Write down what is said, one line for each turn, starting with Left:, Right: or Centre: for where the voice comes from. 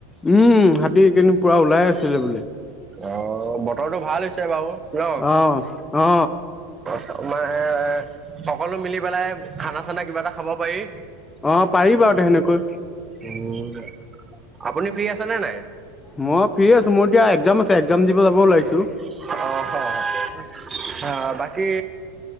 Left: উম হাতী অকেদিন পূৰা ওলাই আছিলে বোলে।
Right: অঁ বতৰটো ভাল হৈছে বাৰু ন
Left: অ অ
Right: তোমাৰ সকলো মিলি পেলাই খানা চানা কিবা এটা খাব পাৰি।
Left: অঁ পাৰিবা আৰু সেনেকৈ।
Right: উ আপুনি ফ্ৰী আছে নে নাই?
Left: মই ফ্ৰী আছো। মোৰ এতিয়া একজাম আছে একজাম দিব যাব ওলাইছোঁ।
Right: <unintelligible> আ, বাকী